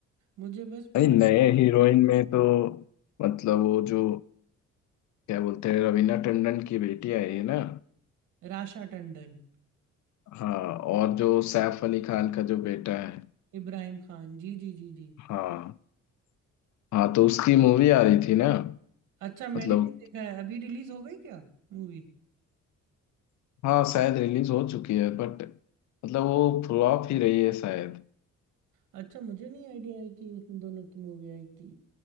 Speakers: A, on the right (about 90°); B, on the left (about 70°).
A: मुझे बस
B: नहीं
A: पूरा
B: नए हीरोइन में तो मतलब वो जो क्या बोलते हैं रवीना टंडन की बेटी आई है ना
A: राशा टंडन
B: हाँ और जो सैफ अली खान का जो बेटा है
A: इब्राहिम खान जी जी जी जी
B: हाँ हाँ तो उसकी मूवी आ रही थी ना
A: अच्छा मैंने
B: मतलब
A: नहीं देखा है अभी रिलीज हो गई क्या मूवी
B: हाँ शायद रिलीज हो चुकी है बट मतलब वो फ्लॉप ही रही है शायद
A: अच्छा मुझे नहीं आइडिया है कि उन दोनों की मूवी आई थी